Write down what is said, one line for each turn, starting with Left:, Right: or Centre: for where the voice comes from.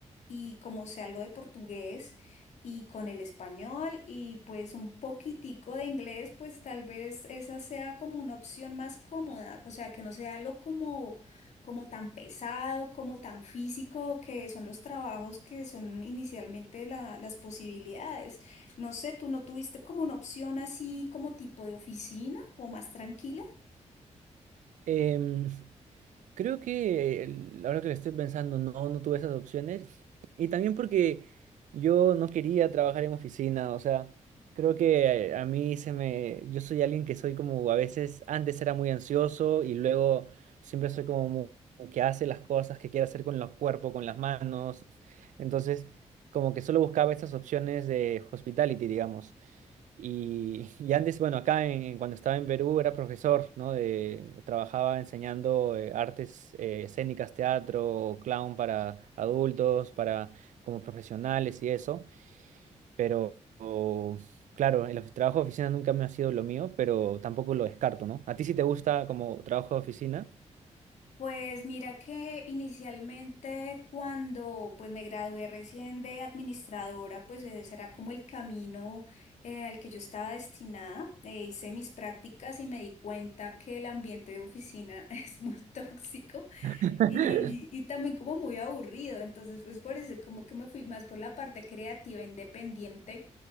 Left: y como sé algo de portugués, y con el español y pues un poquitico de inglés, pues tal vez esa sea como una opción más cómoda, o sea, que no sea algo como, como tan pesado, como tan físico, que son los trabajos que son inicialmente la- las posibilidades. No sé, ¿tú no tuviste como una opción así como tipo de oficina o más tranquila?
Right: Em, Creo que el- ahora que lo estoy pensando, no, no tuve esas opciones. Y también porque yo no quería trabajar en oficina, o sea, creo que a mí se me... Yo soy alguien que soy como a veces, antes era muy ansioso y luego siempre soy como mu- que hace las cosas que quiere hacer con los cuerpos, con las manos. Entonces, como que solo buscaba esas opciones de hospitality, digamos. Y, <laughs> y antes, bueno, acá en, en- cuando estaba en Perú era profesor, ¿no? De, trabajaba enseñando eh, artes eh, escénicas, teatro, clown para adultos, para como profesionales y eso. Pero o- claro, el of- trabajo de oficina nunca me ha sido lo mío, pero tampoco lo descarto, ¿no? ¿A ti sí te gusta como trabajo de oficina?
Left: Pues mira que inicialmente cuando pues me gradué recién de administradora, pues e, ese era como el camino eh, al que yo estaba destinada. Eh, hice mis prácticas y me di cuenta que el ambiente de oficina <laughs> es muy tóxico
Right: <laughs>
Left: y, y también como muy aburrido. Entonces pues por eso como que me fui más por la parte creativa, independiente